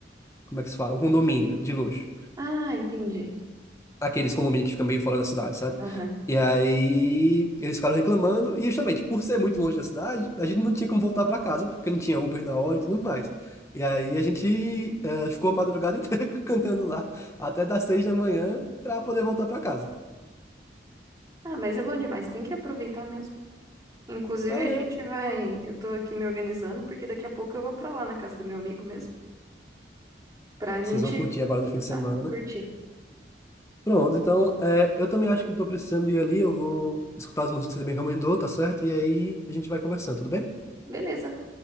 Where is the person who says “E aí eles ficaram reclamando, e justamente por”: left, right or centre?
Left